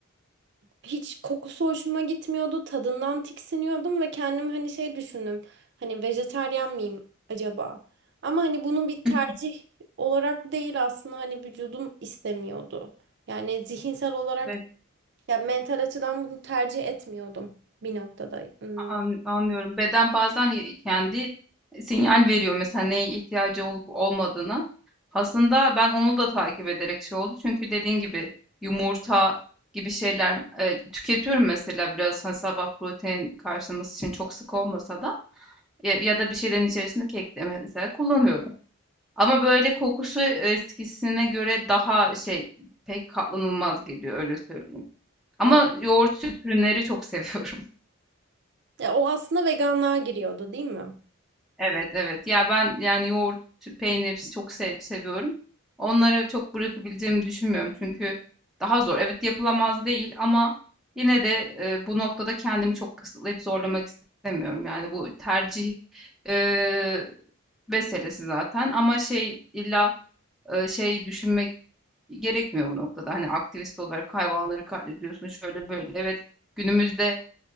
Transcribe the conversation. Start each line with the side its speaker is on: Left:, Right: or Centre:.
Right: hiç kokusu hoşuma gitmiyordu, tadından tiksiniyordum ve kendim hani şey düşündüm. Hani vejetaryen miyim acaba? Ama hani bunu bir tercih
Centre: <laughs>
Right: olarak değil aslında hani vücudum istemiyordu. Yani zihinsel olarak
Centre: evet.
Right: Ya mental açıdan bunu tercih etmiyordum bir noktada. Hmm.
Centre: An anlıyorum. Beden bazen, iii, kendi e, sinyal veriyor mesela neye ihtiyacı olup olmadığını. Aslında ben onu da takip ederek şey oldu çünkü dediğin gibi yumurta gibi şeyler, eee, tüketiyorum mesela biraz, hani, sabah protein karşılaması için çok sık olmasa da ya ya da bir şeylerin içerisinde kek de mesela kullanıyorum. Ama böyle kokusu eskisine göre daha şey, pek katlanılmaz geliyor öyle söyleyeyim. Ama
Right: Aa.
Centre: yoğurt, süt ürünleri çok <laughs> seviyorum.
Right: Ya o aslında veganlığa giriyordu, değil mi?
Centre: Evet, evet. Ya ben yani yoğurt, süt, peynir çok sev seviyorum. Onları çok bırakabileceğimi düşünmüyorum çünkü daha zor. Evet yapılamaz değil ama yine de e, bu noktada kendimi çok kısıtlayıp zorlamak istemiyorum. Yani bu tercih e, meselesi zaten ama şey illa e, şey düşünmek gerekmiyor bu noktada. Hani aktivist olarak hayvanları katlediyorsun şöyle böyle. Evet günümüzde